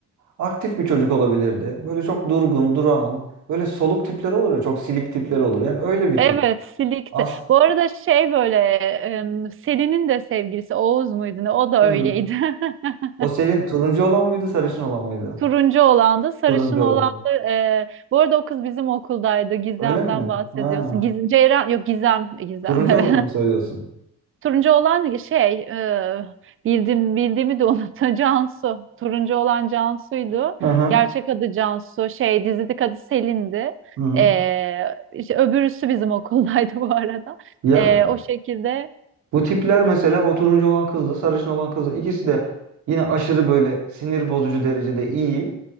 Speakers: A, on the right; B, on the right.
A: aktif bir çocuk olabilirdi. Böyle çok durgun, durağan, böyle soluk tipler olur ya, çok silik tipler olur. Yani öyle bir
B: Evet,
A: tip.
B: silikte.
A: As
B: Bu arada şey böyle em, Selin'in de sevgilisi Oğuz muydu ne? O da
A: Hı.
B: öyleydi. <laughs>
A: o Selin turuncu olan mıydı, sarışın olan mıydı?
B: Turuncu olan da sarışın
A: Turuncu olan.
B: olandı. E, bu arada o kız bizim okuldaydı. Gizem'den
A: Öyle mi?
B: bahsediyorsun.
A: Ha,
B: Giz Ceyran yok Gizem, Gizem.
A: turuncu
B: <laughs>
A: olanı mı söylüyorsun?
B: Turuncu olan şey e, bildim bildiğimi de unuttum <laughs> Cansu. Turuncu olan Cansu'ydu.
A: Hı hı.
B: Gerçek adı Cansu. Şey dizideki adı Selin'di.
A: Hı hı.
B: E, işte öbürüsü bizim okuldaydı <laughs> bu arada.
A: Ya
B: E, o şekilde.
A: bu tipler mesela o turuncu olan kızdı, sarışın olan kızdı. İkisi de yine aşırı böyle sinir bozucu derecede iyi.